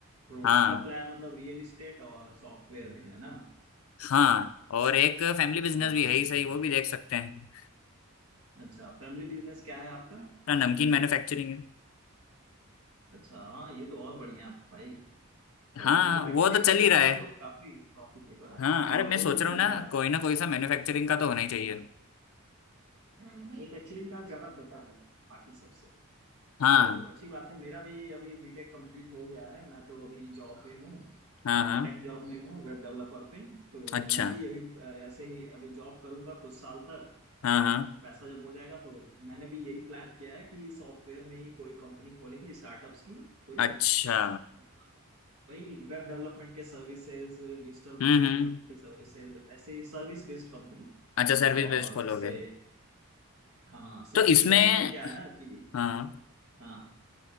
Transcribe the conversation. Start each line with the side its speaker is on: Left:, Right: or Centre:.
Right: तो
Left: हाँ
Right: आपका प्लान मतलब रियल इस्टेट और सॉफ्टवेयर में है ना
Left: हाँ और एक फैमिली बिजनेस
Right: हाँ
Left: भी है ही सही वो भी देख सकते हैं
Right: अच्छा फैमिली बिजनेस क्या है आपका
Left: ना नमकीन मैन्युफैक्चरिंग है
Right: अच्छा हाँ ये तो और बढ़िया है भाई बढ़िया
Left: हाँ
Right: मैन्युफैक्चरिंग
Left: वो तो चल
Right: का बिजनेस
Left: ही रहा है
Right: तो काफी प्रॉफिटेबल है
Left: हाँ
Right: हाँ
Left: अरे मैं
Right: वो
Left: सोच
Right: तो चल
Left: रहा हूँ
Right: ही
Left: ना
Right: रहा है
Left: कोई ना कोई सा मैन्युफैक्चरिंग का तो होना ही चाहिए
Right: मैन्युफैक्चरिंग का ज्यादा बेटर है बाकी सबसे
Left: हाँ
Right: तो अच्छी बात है मेरा भी अभी बीटेक कंप्लीट हो गया है मैं तो अभी जॉब पे हूँ
Left: हाँ
Right: और
Left: हाँ
Right: टेक जॉब में हूँ वेब डेवलपर पे तो
Left: अच्छा
Right: मैं भी अभी अ, ऐसे ही अभी जॉब करूंगा कुछ साल तक
Left: हाँ
Right: तो
Left: हाँ
Right: पैसा जब हो जाएगा तो मैंने भी यही प्लान किया है कि सॉफ्टवेयर में ही कोई कंपनी खोलेंगे स्टार्टअप्स की कोई
Left: अच्छा
Right: और वही वेब डेवलपमेंट के सर्विसेज डिजिटल मार्केटिंग
Left: हम्म हम्म
Right: के सर्विसेज ऐसे ही सर्विस बेस्ड कंपनी
Left: अच्छा सर्विस
Right: और
Left: बेस्ड खोलोगे
Right: जैसे हाँ सर्विस
Left: तो इसमें
Right: बेस्ड में क्या है ना कि
Left: हाँ
Right: हाँ